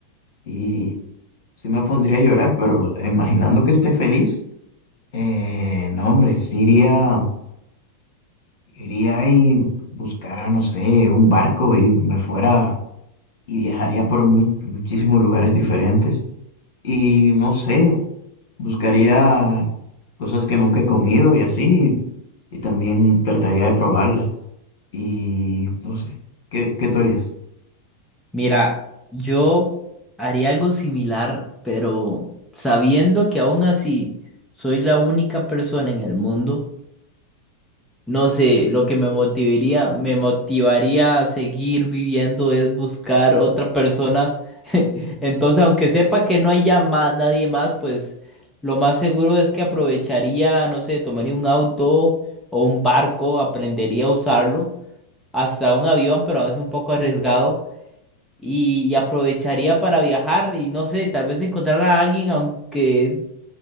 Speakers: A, on the left; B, in the centre.
A: y sí me pondría a llorar, pero imaginando que esté feliz, eh, no, hombre, sí iría, iría y buscara, no sé, un barco y me fuera y viajaría por mu- muchísimos lugares diferentes. Y no sé, Buscaría cosas que nunca he comido y así, y también trataría de probarlas. Y no sé, ¿qué, qué tú harías?
B: Mira, yo haría algo similar, pero sabiendo que aún así soy la única persona en el mundo, no sé, lo que me motivaría, me motivaría a seguir viviendo es buscar otra persona. <laughs> Entonces, aunque sepa que no hay ya ma- nadie más, pues lo más seguro es que aprovecharía, no sé, tomaría un auto o un barco, aprendería a usarlo hasta un avión, pero es un poco arriesgado. Y aprovecharía para viajar y no sé, tal vez encontrar a alguien, aunque